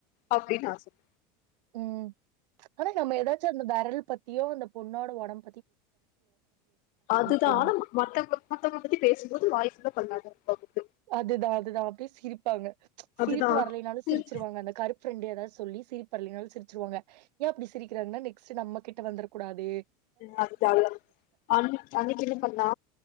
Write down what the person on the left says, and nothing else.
அப்டின்னு நா சொல்ல
அதுதான்
ஆனா மத்தவுங் மத்தவுங்கள பத்தி பேசும்போது வாய் ஃபுல்லா பன்னாத பகுத்து
அதுதா
சேரி
அதுதான் அதுதான் அன் அன்னைக்கு என்ன பண்ணா